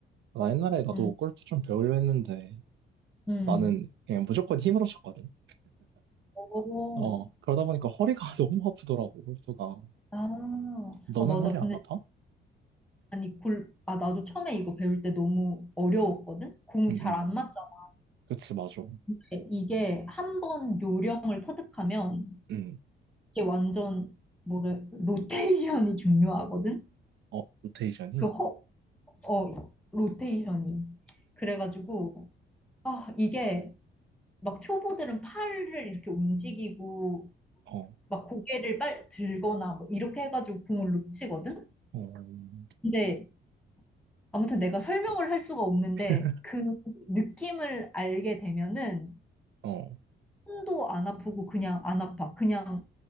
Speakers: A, on the right; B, in the centre.
A: 나 옛날에 나도
B: 응.
A: 골프 좀 배우려 했는데,
B: 응.
A: 나는 그냥 무조건 힘으로 쳤거든.
B: 오.
A: 어, 그러다 보니까 허리가 <laughs> 너무 아프더라고, 골프가.
B: 아.
A: 너는
B: 아 맞아.
A: 허리
B: 근데
A: 안 아파?
B: 아니 골, 아 나도 처음에 이거 배울 때 너무 어려웠거든? 공
A: 응,
B: 잘
A: 응.
B: 안 맞잖아.
A: 그치, 맞아.
B: 근데 이게 한 번 요령을 터득하면
A: 음,
B: 이게 완전 뭐래 로테이션이 중요하거든?
A: 어, 로테이션이,
B: 그 허, 어 로테이션이. 그래가지고 아 이게 막 초보들은 팔을 이렇게 움직이고
A: 어,
B: 막 고개를 빨 들거나 뭐 이렇게 해가지고 공을 놓치거든?
A: 어,
B: 근데 아무튼 내가 설명을 할 수가 없는데
A: <laughs>
B: 그 느낌을 알게 되면은
A: 어,
B: 손도 안 아프고 그냥 안 아파. 그냥